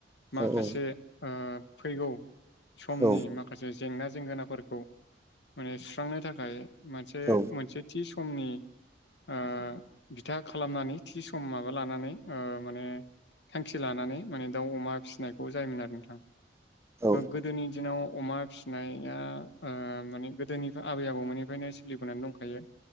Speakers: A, on the left; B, on the right.
A: माखासे
B: औ
A: फैगौ समनि
B: औ
A: माखासे जेंना जेंगोनाफोरखौ माने सुस्रांनो थाखाय मोनसे
B: औ
A: मोनसे थि समनि ओ बिथा खालामनानै थि सम माबा लानानै ओ माने थांखि लानानै माने दाउ अमा फिसिनायखौ जायोमोन आरो नोंथां।
B: औ
A: गोदोनि दिनाव अमा फिसिनाया माने गोदोनि आबै आबौमोननिफ्रायनो सोलिबोनानैनो दंखायो